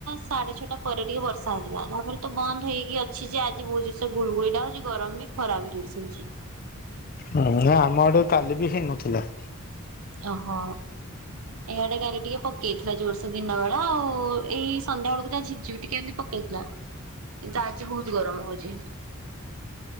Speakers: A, on the right (about 70°); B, on the left (about 40°).
A: ସାଢେ ଛଅଟା ପରେ ଟିକେ ବର୍ଷା ହେଇଥିଲା। ତାପରେ ତ ବନ୍ଦ ହେଇକି ଅଛି ଯେ ଆଜି ବହୁତ ଜୋର୍ ସେ ଗୁଳଗୁଳିଟା ହଉଛି। ଗରମ ବି ଖରା ବି ଜୋର୍ ସେ ହଉଛି।
B: ହଁ ଆମ ଆଡେ କାଲି ବି ହେଇନଥିଲା।
A: ଓ ହୋ। ଇଆଡେ କାଲି ଟିକେ ପକେଇ ଥିଲା ଜୋରସେ ଦିନ ବେଳା ଆଉ ଏଇ ସନ୍ଧ୍ୟା ବେଳକୁ ତ ଝିପ୍ ଝିପ୍ ଟିକେ ଏମିତି ପକ୍ ହେଇଥିଲା କିନ୍ତୁ ଆଜି ବହୁତ ଗରମ ହଉଛି।